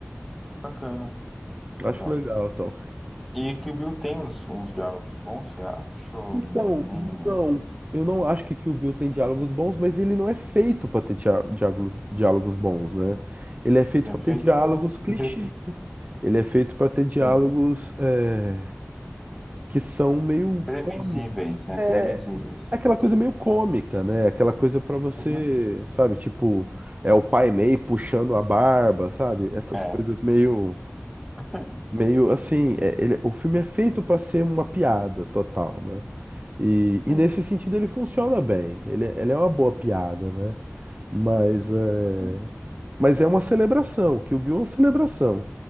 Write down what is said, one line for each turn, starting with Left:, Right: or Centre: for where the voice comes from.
Centre: bacana.
Right: Acho
Centre: Legal.
Right: legal, então.
Centre: E que o Bill tem uns, uns diálogos bons, você acha? Ou
Right: Então,
Centre: nem...
Right: não. Eu não acho que Kill Bill tem diálogos bons, mas ele não é feito pra ter dia- diálogo- diálogos bons, né? Ele é feito
Centre: É
Right: pra
Centre: feito
Right: ter diálogos
Centre: pra
Right: clichê.
Centre: entreter.
Right: Ele é feito pra ter diálogos
Centre: Sim.
Right: é, que são meio
Centre: Previsíveis,
Right: cômico.
Centre: né?
Right: É
Centre: Previsíveis.
Right: aquela coisa meio cômica, né? Aquela coisa pra você,
Centre: Uhum.
Right: sabe? Tipo, é o pai meio puxando a barba, sabe? Essas
Centre: É,
Right: coisas meio,
Centre: <laughs>
Right: meio assim. é- ele- o filme é feito pra ser uma piada total, né? E,
Centre: sim.
Right: e nesse sentido ele funciona bem. Ele, ele é uma boa piada, né? Mas é,
Centre: Uhum.
Right: mas é uma celebração, que o Bill é uma celebração